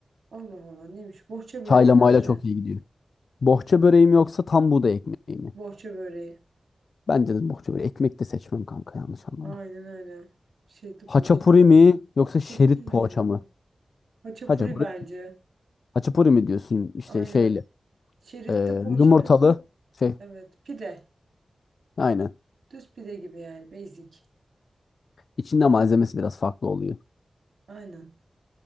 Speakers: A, on the right; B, on the left.
A: Allah Allah neymiş? Bohça böreği
B: Çayla
A: bence.
B: mayla çok iyi gidiyor. Bohça böreğim yoksa tam buğday ekmeği mi?
A: Bohça böreği.
B: Bence de bohça böreği. Ekmek de seçmem kanka yanlış anlama.
A: Aynen öyle. Şeritli
B: Haçapuri
A: poğaça.
B: mi yoksa
A: Haçapuri
B: şerit poğaça
A: ne ya?
B: mı?
A: Haçapuri
B: Haçapuri.
A: bence.
B: Haçapuri mi diyorsun işte
A: Aynen.
B: şeyli.
A: Şeritli
B: E,
A: poğaça
B: yumurtalı
A: ipi.
B: şey
A: Evet. Pide.
B: Aynen.
A: Düz pide gibi yani. Basic.
B: İçinde malzemesi biraz farklı oluyor.
A: Aynen.